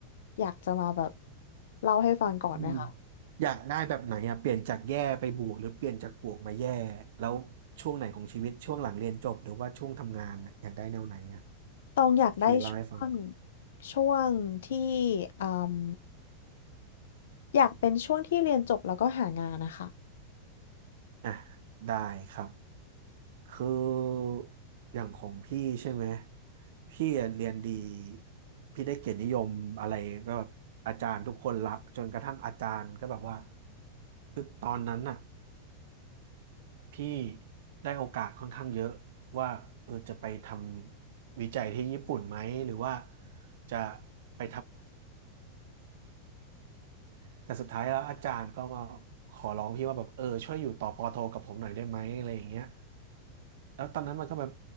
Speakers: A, on the left; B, on the right.
A: อยากจะมาแบบเล่าให้ฟังก่อนไหมคะ
B: อืมอยากได้แบบไหนอะเปลี่ยนจากแย่ไปบวกหรือเปลี่ยนจากบวกมาแย่แล้วช่วงไหนของชีวิตช่วงหลังเรียนจบหรือว่าช่วงทำงานน่ะอยากได้แนวไหนอะ
A: ตองอยากได้ช่วง
B: พี่เล่าให้ฟัง
A: ช่วงที่อืมอยากเป็นช่วงที่เรียนจบแล้วก็หางานนะคะ
B: อ่ะได้ครับคืออย่างของพี่ใช่ไหมพี่อะเรียนดีพี่ได้เกียรตินิยมอะไรก็แบบอาจารย์ทุกคนรักจนกระทั่งอาจารย์ก็แบบว่าคือตอนนั้นน่ะพี่ได้โอกาสค่อนข้างเยอะว่าเออจะไปทำวิจัยที่ญี่ปุ่นไหมหรือว่าจะไป แต่สุดท้ายแล้วอาจารย์ก็มาขอร้องพี่ว่าแบบเออช่วยอยู่ต่อปอโทกับผมหน่อยได้ไหมอะไรอย่างเงี้ยแล้วตอนนั้นมันก็แบบ